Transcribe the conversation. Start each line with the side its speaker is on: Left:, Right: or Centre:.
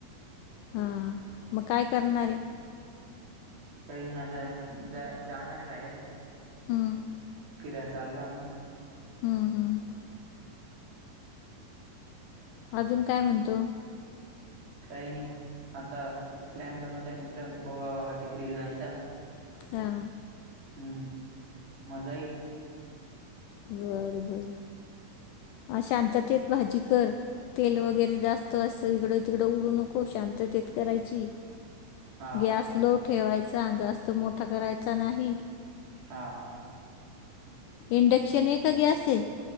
Left: हा मग काय करणारे
Right: काही नाही आता जा जाणार आहे बाहेर
Left: हम्म
Right: फिराय चालो आ्ही
Left: हम्म हम् अजून काय म्हणतो
Right: काही नाही आता प्लॅन बनवता आहे मित्र गोवाबावा तिकड जायचा
Left: हा
Right: हम्म मजा येईल
Left: बर बर अ शांततेत भाजी कर तेल वगैरे जास्त असं इकडं तिकडं उडू नको शांततेत करायची
Right: हा
Left: गॅस लो ठेवायचा जास्त मोठा करायचा नाही
Right: हा
Left: इंडक्शन आहे का गॅस आहे